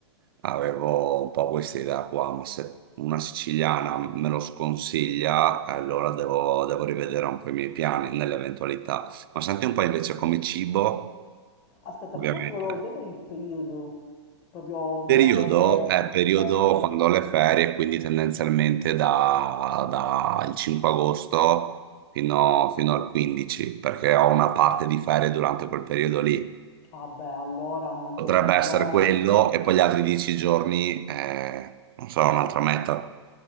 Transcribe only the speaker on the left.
Aspetta,
prima ti volevo chiedere il periodo, proprio il
mese,
il mese.
Ah beh, allora a maggior
ragione,